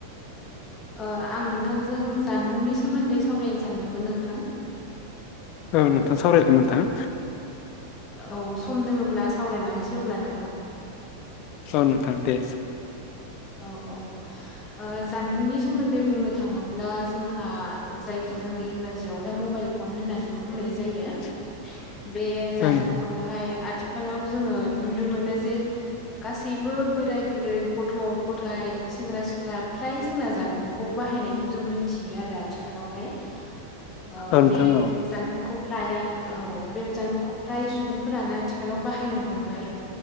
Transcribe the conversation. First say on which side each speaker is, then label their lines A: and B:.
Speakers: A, on the left; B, on the left.
A: ओ आं नोंथांजों जानबुंनि सोमोन्दै सावरायनो सानदोंमोन नोंथां।
B: औ नोंथां सावरायजागोन नोंथां।
A: औ सम दोङोब्ला सावरायलांनोसै अब्ला नोंथां।
B: औ नोंथां दे।
A: औ औ। ओ जानबुंनि सोमोन्दै बुंनो थाङोब्ला जोंहा जायखौ जोङो इंराजियावहाय मबाइल फन होननानैबो बुंनाय जायो।
B: <inaudible>
A: बे जानबुंखौ
B: औ नोंथां
A: खौहाय आथिखालाव जोङो नुनो मोनो जे गासैबो बोराय बुरै गथ' गथायाइ सेंग्रा सिख्ला फ्राय जोंना जानबुंखौ बाहायनायखौ जों मिनथियो आरो आथिखालावहाय। ओ
B: औ नोंथां
A: बे
B: औ
A: जानबुंखौ फ्राया औ बे जानबुंखौ फ्राय सुबुंफोरानो आथिखालाव बाहायनो हमबाय